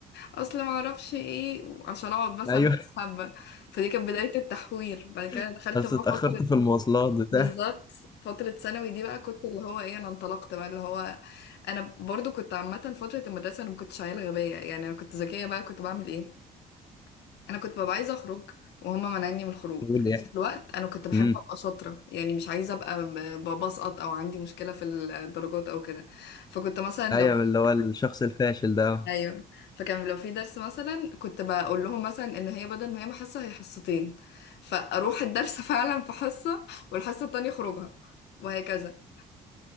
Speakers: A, on the left; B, on the left.
A: اصل ما اعرفش ايه عشان اقعد مثلا
B: ايوه
A: مع حبه فدي كانت بدايه التحوير بعد كده
B: <laughs>
A: دخلت
B: بس
A: بقى
B: اتأخرت
A: فتره
B: في المواصلات بتاع
A: بالظبط فتره ثانوي دي بقى كنت اللي هو ايه انا انطلقت بقى اللي هو انا برضو كنت عامه فتره المدرسه انا ما كنتش عيله غبيه يعني انا كنت ذكيه بقى كنت بعمل ايه انا كنت ببقى عايزه اخرج وهما منعني من الخروج
B: بقول
A: في
B: يعني
A: نفس الوقت انا كنت بحب
B: امم
A: ابقى شاطره يعني مش عايزه ابقى ب- ب- بسقط او عندي مشكله في الدرجات او كده فكنت مثلا
B: ايوه
A: لو <laughs>
B: اللي هو الشخص الفاشل ده
A: ايوه فكان لو في درس مثلا كنت بقول لهم مثلا ان هي بدل ما هي حصه هي حصتين فاروح الدرس <laughs> فعلا في حصه والحصه التانية اخرجها وهكذا